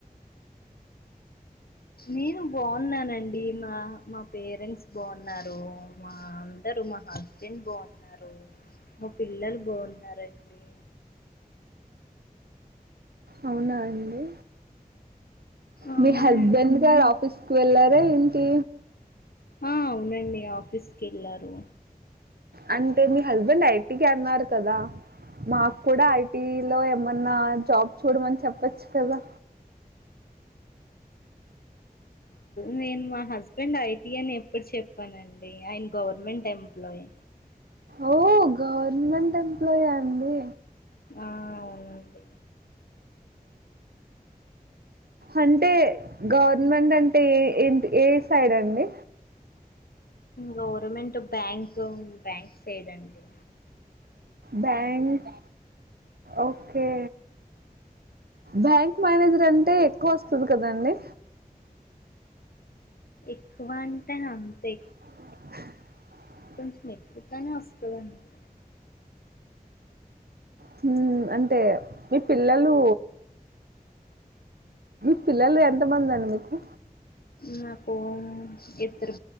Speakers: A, on the left (about 75°); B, on the right (about 80°).
A: నేను బాగున్నానండి మా మా పేరెంట్స్ బాగున్నారు మా అందరు మా హస్బెండ్ బాగున్నారు మా పిల్లలు బాగున్నారండి
B: అవునా అండి
A: అవునండి
B: మీ హస్బెండ్ గారు ఆఫీస్ కు వెళ్లారా ఏంటి
A: ఆ అవునండి ఆఫీస్కి వెళ్ళారు
B: అంటే మీ హస్బెండ్ ఐటీఐ అన్నారు కదా మాకు కూడా ఐటీలో ఎం జాబ్ చూడమని చెప్పచ్చు కదా
A: నేను మా హస్బెండ్ ఐటి అని ఎప్పుడు చెప్పానండి ఆయన గవర్నమెంట్ ఎంప్లాయీ
B: ఓ గవర్నమెంట్ అ ఎంప్లాయ్ ఆ అండి
A: ఆ అవునండి
B: అంటే గవర్నమెంట్ అంటే ఏంటి ఏ సైడ్ అండి
A: గవర్నమెంట్ బ్యాంక్ బ్యాంక్ సైడ్ అండి
B: బ్యాంక్ ఓకే బ్యాంక్ మేనేజర్ అంటే ఎక్కువ వస్తుంది కదండి
A: ఎక్కువంటే అంతే
B: <unintelligible>
A: కొంచెం ఎక్కువగానే వస్తదండి
B: హూ అంటే మీ పిల్లలు మీకు పిల్లలు ఎంతమంది అండి మీకు
A: నాకు ఇద్దరు